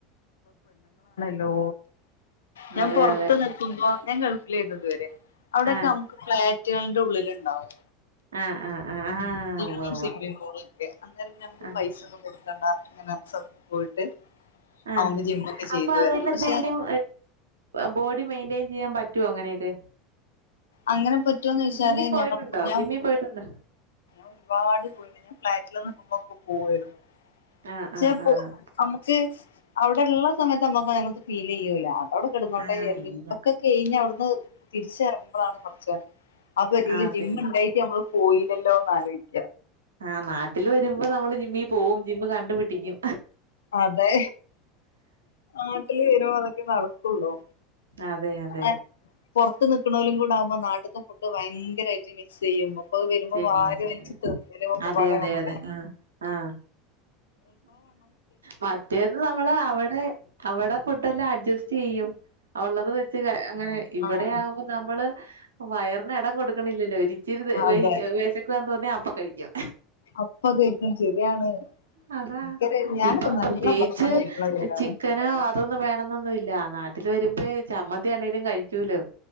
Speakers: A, on the left; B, on the right.
A: ലോ ഞാൻ
B: അതെ
A: പൊറ്ത്ത്
B: അതെ
A: നിക്കുമ്പോ ഞാൻ ഗൾഫിലെനു ത് വരെ അവ്ടോക്കെ
B: ആഹ്
A: നമുക്ക് ഫ്ലാറ്റുകള്ന്റെ ഉള്ളില് ണ്ടാവും
B: ആഹ് ആഹ് ആഹ് ആഹ്
A: <inaudible> ഞമക്ക്
B: ഉവ്വ ഉവ്വ ആഹ്
A: പൈസ ഒന്നും കൊടുക്കണ്ട ഇങ്ങനെ പോയിട്ട്
B: ആഹ്
A: നമുക്ക് ജിമ്മൊക്കെ
B: അപ്പ
A: ചെയ്തു
B: അതിലെന്തെങ്കിലും
A: വരാം പക്ഷെ
B: ബോഡി മെയിന്റെൻ ചെയ്യാൻ പറ്റുവോ അങ്ങനെയൊക്കെ
A: അങ്ങനെ പറ്റോന്നൊയ്ച്ചാല്
B: ജിമ്മി പോയിട്ടുണ്ടോ
A: <unintelligible> ഞാൻ
B: ജിമ്മി പോയിട്ടുണ്ടോ
A: ഒരുപാട് പോയിണ്ട് ഞാൻ ഫ്ലാറ്റിൽന്ന്ക്കുമ്പോക്കെ പോവായിരുന്നു
B: ആഹ് ആഹ്
A: ചെപ്പോ
B: ആഹ്
A: മുക്ക് അവിടെള്ള സമയത്ത് നമ്മക്ക് <unintelligible> ഫീലെയ്യൂല അവിടെ കെടന്നൊട്ടേ
B: ആഹ്
A: <unintelligible> <unintelligible>
B: ഇല്ല
A: കെഴ്ഞ്ഞ വ്ട്ന്ന് തിരിച്ചറുമ്പഴാണ് കൊറ്ച്ച് <unintelligible>
B: ആ, അതെ
A: ജിമ്മിണ്ടായി ഞമ്മള് പോയിലെല്ലോന്ന് ആലോയ്ക്കാ
B: ആഹ് നാട്ടില് വരുമ്പോ നമ്മള് ജിമ്മി പോവും ജിമ്മ് കണ്ട് പിടിക്കും
A: അതെ നാട്ടില് വരുവാനേങ്കി നടക്കുള്ളൂ
B: അതെ അതെ
A: ഞാൻ പൊറ്ത്ത് നിക്ക്‌ണോലും കൂടെ ആകുമ്പോ നാട്ട്ത്തെ ഫുഡ് ഭയങ്കരായിട്ട് മിക്സ് ചെയ്യുമ്പം പ്പൊ വരുമ്പോ
B: ശരിയാ
A: വാരി
B: ശരിയാ
A: വലിച്ച് തിന്നലോക്കെപ്പാടെ
B: അതെ അതെ
A: <inaudible>
B: അതെ ആഹ് ആഹ് മറ്റേത് നമ്മള് അവിടെ അവിടെ ഫുഡെല്ലാം അഡ്ജസ്റ്റ് ചെയ്യും അ ഉള്ളത് വെച്ച് അങ്ങനെ ഇവിടെയാവുമ്പ
A: ആഹ്
B: നമ്മള് വയർ ന്ന് എടം കൊട്ക്ക്‌ണില്ലല്ലോ ഒരിചിരി
A: അതെ
B: വേയ് വിശക്കു ആ തോന്നിയാൽ അപ്പം കഴിക്കും
A: അപ്പ കേക്കും ശരിയാണ്
B: അതാ
A: എനിക്കൊരു ഞാനൊക്കെ
B: ഇപ്പ
A: നല്ല
B: പ്രത്യേകിച്ച്
A: ഭക്ഷണം കഴിക്കുന്ന പേരാണ്
B: ചിക്കനോ അതൊന്നും വേണംന്നൊന്നുല്ല നാട്ട ട്ട്ല് വരുബെ ചമ്മന്തിയാണെലും കഴിക്കൂലോ